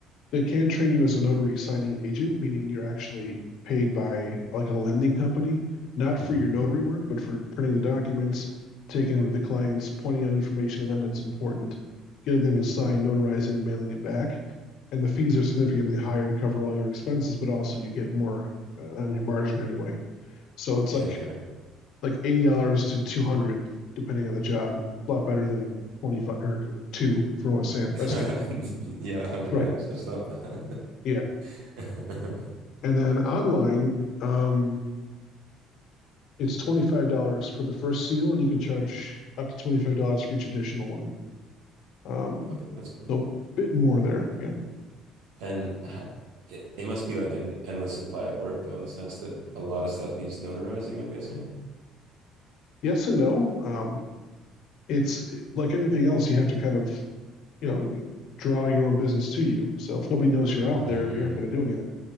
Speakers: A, on the left; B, on the right.
A: they can train you as a notary signing agent, meaning you're actually paid by like a lending company, not
B: hmm
A: for your notary work, but for printing the documents, taking them to the clients, pointing out information to them that's important, getting them to sign, notarizing, mailing it back. And the fees are significantly higher to cover all your expenses, but also you get more uh, on your margin anyway. So it's like
B: Yeah, fair.
A: like eighty dollars to two hundred, dollars, depending on the job. A lot better than twenty five or two for a stamp.
B: <laughs>
A: A stamp.
B: Yeah, 100x.
A: Right.
B: That's not bad.
A: Yeah.
B: <laughs>
A: And then online, um, it's $25 for the first seal, and you can charge up to $25 for each additional one. Um,
B: Okay, that's cool.
A: so a bit more there. Yeah.
B: And ha- it, it must be like an endless supply of work, though, in the sense that a lot of stuff needs notarizing, I'm guessing.
A: Yes and no. Um, it's like anything else, you have to kind of, you know, you draw your own business to you. So if nobody knows you're out
B: Mm,
A: there, you're not going to do anything.